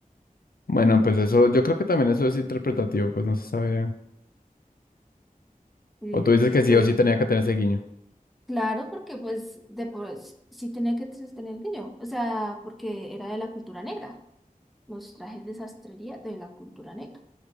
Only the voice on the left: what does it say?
Bueno, pues eso, yo creo que también eso es interpretativo, pues no se sabe.
O tú dices
que sí
o sí tenía que tener ese guiño.